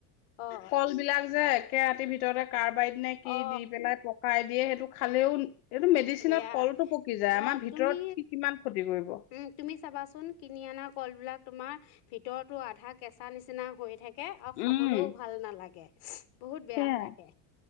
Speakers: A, on the left; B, on the left.
A: অ
B: কল বিলাক যে একে ৰাতিৰ ভিতৰতে কাৰ বাইদি ননে কি
A: অ
B: দি পেলাই পসাই দিয়ে সেইটো খালেও এইটো মেডিচিনত
A: বেয়া
B: কলটো পকি যায়
A: অ
B: আমাৰ ভিতৰত
A: তুমি
B: সি কিমান ক্ষতি কৰিব
A: উম তুমি চাবাচোন কিনি অনা কল বিলাক তোমাৰ ভিতৰতো আধা কেঁচা নিচিনা হৈ থাকে তাকে আৰু খাবলৈও
B: উম
A: ভাল নালাগে <inaudible> বহুত বেয়া
B: সেয়াই
A: হৈ থাকে